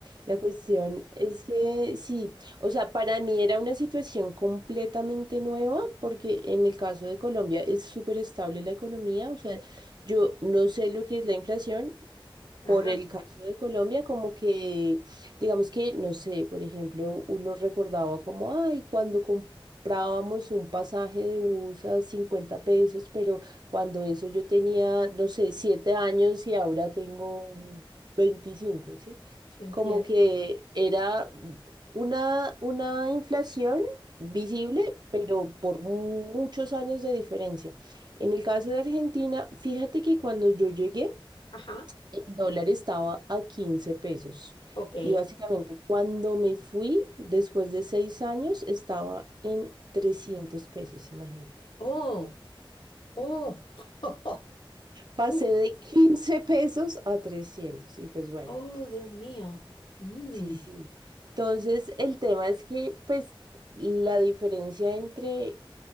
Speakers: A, on the right; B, on the left.
A: La cuestión es que sí, o sea, para mí era una situación completamente nueva porque en el caso de Colombia es súper estable la economía, o sea, yo no sé lo que es la inflación.
B: Ah,
A: Por el caso de Colombia, como que, digamos que, no sé, por ejemplo, uno recordaba como, ay, cuando comprábamos un pasaje de bus a 50 pesos, pero cuando eso yo tenía, no sé, 7 años y ahora tengo veinticinco ¿sí?
B: Entiendo.
A: Como que era una, una inflación visible, pero por muchos años de diferencia. En el caso de Argentina, fíjate que cuando yo llegué,
B: Ajá,
A: el dólar estaba a 15 pesos
B: ok.
A: y básicamente cuando me fui, después de seis años, estaba en 300 pesos, imagínate.
B: Oh, oh, <laughs>
A: Pasé
B: Uf,
A: de 15 pesos a 300 y pues bueno,
B: oh, Dios mío. Mm,
A: sí, sí. Entonces, el tema es que pues la diferencia entre